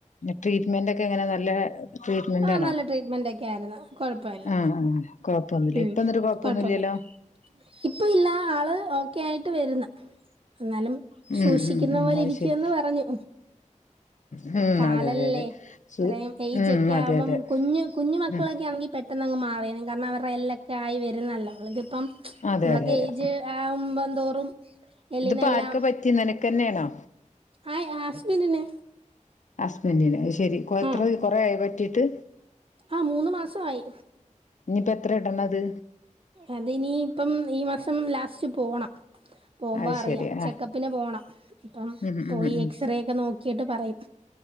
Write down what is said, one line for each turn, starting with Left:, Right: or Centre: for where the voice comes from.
Left: ട്രീറ്റ്മെന്റ് ഒക്കെ എ ങ്ങനെ നല്ലേ ട്രറ്റ്മെന്റ്
Right: ആഹ്
Left: ആണോ
Right: നല്ല ട്രീറ്റ്മെന്റ് ഒക്കെ ആയിരുന്നു കൊഴപ്പമില്ല
Left: ആഹ് കൊഴപ്പൊന്നുല്ല
Right: ഉം
Left: ഇപ്പന്നോരു കൊഴപ്പൊന്നുല്ല്യല്ലോ
Right: കൊഴപ്പൊന്നുല്ല ഇപ്പ ഇല്ല ആള് ഓക്കെ ആയിട്ട് വര്ന്ന് ഇന്നാലും സൂക്ഷിക്കുന്ന
Left: ഉം ഉം ഉം
Right: പോലെ
Left: അത്
Right: ഇരിക്കുവന്ന്
Left: ശരി
Right: പറഞ്ഞു
Left: ഉം
Right: കാലല്ലേ
Left: അതെ അതെ അതെ
Right: ഇത്രേം
Left: സു
Right: എയ്ജ
Left: ഉം
Right: ക്യ
Left: അതെ
Right: ആവുമ്പം
Left: അതെ
Right: കുഞ് കുഞ്ഞു മക്കളക്കെ
Left: ഉം
Right: ആണെങ്കി പെ ട്ടെന്നങ്ങ് മാറിയണം കാര്ണം അവർടെ എല്ലക്കെ ആയി വര്ന്നല്ലോ അവളിതിപ്പം
Left: അതെ
Right: നമ്മളക്കെ
Left: അതെ അതെ
Right: ഏയ്ജ് ആവുമ്പം തോറും എല്ലിനെല്ലാം
Left: ഇത് ഇപ്പ ആര്ക്ക പറ്റി നിനക്കെന്നെണോ
Right: ആയി ഹസ്ബെന്റിന്
Left: ഹസ്ബന്റിന് അത് ശെരി കോ എത്ര
Right: ആഹ്
Left: കൊറെ ആയോ പറ്റീട്ട്
Right: ആഹ് മൂന്ന് മാസ ആയി
Left: ഇഞ്ഞിപ്പ എത്ര ഇടണ അത്
Right: അത് ഇനി ഇപ്പം ഈ മാസം ലാസ്റ്റ് പോണം പോവുമ്പോ
Left: അത്
Right: അറിയാ
Left: ശരി
Right: ചെക്കപ്പിന്
Left: ആ
Right: പോണം ഇപ്പം
Left: ഉം
Right: പോയി
Left: ഉം ഉം
Right: എക്സറേ ഒക്കെ നോക്കീട്ട് പറയും